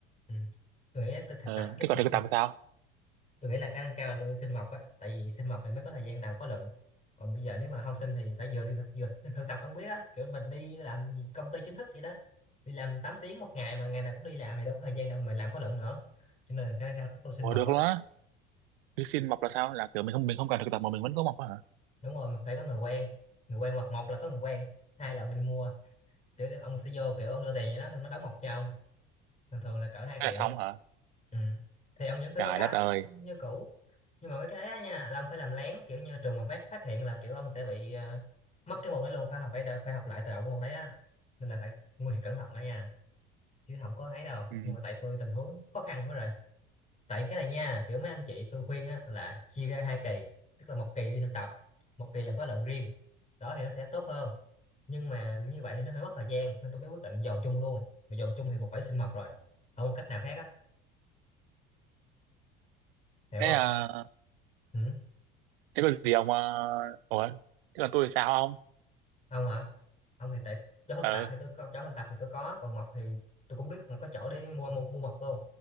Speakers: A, on the left; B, on the right.
A: ừ. tôi nghĩ là tôi thực
B: ờ
A: tập chắc
B: thế
A: tôi
B: còn thực tập thì sao
A: tôi nghĩ là khả năng cao là tôi đi sinh mộc á tại vì sinh mộc thì mới có thời gian làm khóa luận còn bây giờ nếu mà không sinh thì phải vừa đi thực vừa <laughs> thực tập ông biết á kiểu mình đi như làm công ty chính thức vậy đó đi làm 8 tiếng một ngày mà ngày nào cũng đi làm thì đâu có thời gian đâu mà làm khóa luận nữa cho nên khả năng cao tôi, tôi sinh
B: ủa
A: mộc
B: được
A: á
B: luôn á cứ xin mọc là sao là kiểu mình không mình không cần thực tập mà mình vẫn có mọc á hả
A: đúng rồi mà phải có người quen người quen hoặc một là có người quen hai là ông đi mua kiểu ông sẽ vô kiểu ông đưa tiền cho nó xong nó đóng mộc cho ông thường thường là cỡ hai
B: thế
A: triệu
B: là xong hả
A: ừ. thì ông vẫn phải
B: trời
A: báo cáo
B: đất ơi
A: như cũ nhưng mà mấy cái đấy á nha là ông phải làm lén kiểu như trường mà bác phát hiện là kiểu ông sẽ bị ờ, mất cái môn đấy luôn phải học phải đa- phải học lại từ đầu cái môn đấy á nên là phải nguy hiểm cẩn thận đó nha chứ không có ấy đâu
B: ừ.
A: nhưng mà tại tôi tình huống khó khăn quá rồi tại cái này nha kiểu mấy anh chị tôi khuyên á là chia ra hai kỳ tức là một kỳ đi thực tập một kỳ làm khóa luận riêng đó thì nó sẽ tốt hơn nhưng mà như vậy thì nó hơi mất thời gian nên tôi mới quyết định dồn chung luôn mà dồn chung thì buộc phải xin mộc rồi không có cách nào khác á hiểu
B: thế
A: không
B: à,
A: ừ.
B: thế có gì ông à, ủa thế còn tôi thì sao không
A: ông hả ông thì tại chỗ thực
B: ờ
A: tập thì tôi có chỗ thực tập thì tôi có còn mộc thì tôi cũng biết một cái chỗ để mua mua, mua mộc luôn